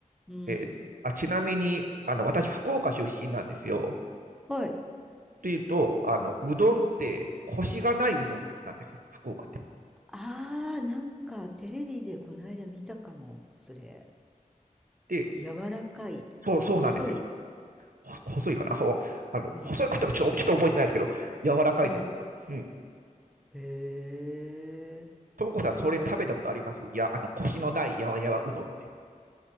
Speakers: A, in the centre; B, on the right.
A: うん。
B: えーあ、ちなみに、あの、私、福岡出身なんですよ。
A: はい。
B: っていうと、あの、うどんって、
A: うん。
B: コシがないうどんなんですよ、福岡って。
A: ああ、なんかテレビでこの間見たかも、それ。
B: で、
A: 柔らかい、
B: そう、そうなんですよ。
A: 細い。
B: ほ細いかなあの細いことはちょっとちょっと覚えてないですけど、
A: うん、
B: 柔らかいんですよ。
A: うん。
B: うん。
A: へえ。
B: ともこさん、それ食べたことありますいや、
A: なんか、
B: あの、コシのないやわやわうどんって。